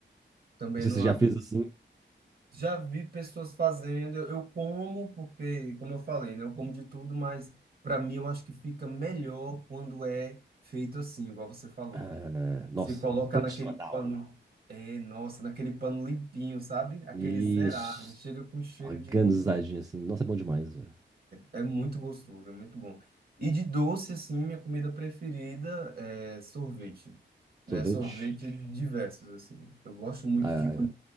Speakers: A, on the right; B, on the right.
A: também
B: Não sei
A: não
B: se você
A: acho.
B: já fez assim.
A: Já vi pessoas fazendo, eu eu como, porque, como eu falei, né? Eu como de tudo, mas para mim eu acho que fica melhor quando é feito assim, igual você falou.
B: Ah, nossa,
A: Você coloca
B: tradicional,
A: naquele pano,
B: né?
A: é, nossa, naquele pano limpinho, sabe? Aquele
B: Isso.
A: zerado, chega com cheiro
B: Organizadinho
A: de.
B: assim. Nossa, é bom demais, velho.
A: É, é muito gostoso, é muito bom. E de doce, assim, minha comida preferida é sorvete, né?
B: Sorvete.
A: Sorvete diversos, assim. Eu gosto muito
B: ah,
A: de comida